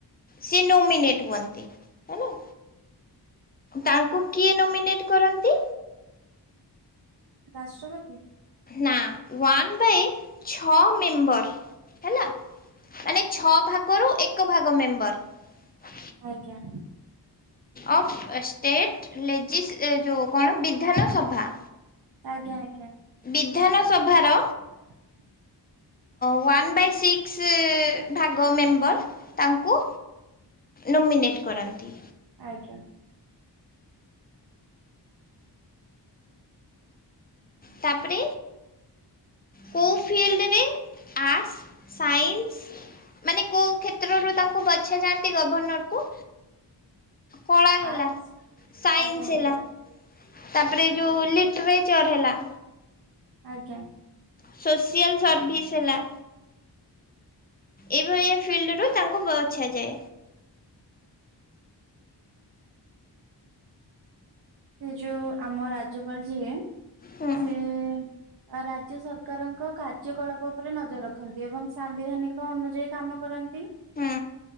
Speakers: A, on the left; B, on the right.
A: ସିଏ ନୋମିନେଟ୍ ହୁଅନ୍ତି ହେଲା ତାଙ୍କୁ କିଏ ନୋମିନେଟ କରନ୍ତି?
B: ରାଷ୍ଟ୍ରପତି?
A: ନା ଓଆନ୍ ବାଇ ଛଅ ମେମ୍ୱର ହେଲା ମାନେ ଛ ଭାଗରୁ ଏକ ଭାଗ ମେମ୍ୱର ବାର <unintelligible>
B: ଆଜ୍ଞା,
A: ଅଫ ଷ୍ଟେଟ ଲେଜିସ ଏଜଉ କ'ଣ ବିଧାନ ସଭା।
B: ଆଜ୍ଞା ଆଜ୍ଞା,
A: ବିଧାନସଭାର
B: <inaudible>
A: ୱାନ ବାଇ ସିକସ ଭାଗ ମେମ୍ବର ତାଙ୍କୁ ନୋମିନେଟ କରନ୍ତି।
B: ଆଜ୍ଞା,
A: ତାପରେ କୋଉ ଫିଲ୍ଡରେ ଆର୍ଟ ସାଇନ୍ସ ମାନେ କୋଉ କ୍ଷେତ୍ରରୁ ତାଙ୍କୁ ବଛ ଯାନ୍ତି? ଗଭର୍ଣ୍ଣର କୁ କଳା ହେଲା
B: ଆର୍ଟସ
A: ସାଇନ୍ସ
B: ଆଜ୍ଞା ଆଜ୍ଞା
A: ହେଲା ତାପରେ ଯୋଉ ଲିଟରେଚର ହେଲା
B: ଆଜ୍ଞା,
A: ସୋସିଆଲ୍ ସର୍ଭିସ୍ ହେଲା ଏଇଭଳିଆ ଫିଲ୍ଡ ରୁ ତାଙ୍କୁ ବଛାଯାଏ।
B: ସେ ଯୋଉ ଆମ ରାଜ୍ୟପାଳ ଯିଏ
A: ହୁଁ
B: ସେ, ଅ ରାଜ୍ୟ ସରକାରଙ୍କ କାର୍ଯ୍ୟକଳାପ ଉପରେ ନଜର ରଖନ୍ତି ଏବଂ ସାମ୍ବିଧାନିକ ଅନୁଯାୟୀ କାମ କରାନ୍ତି। ଅ
A: ହୁଁ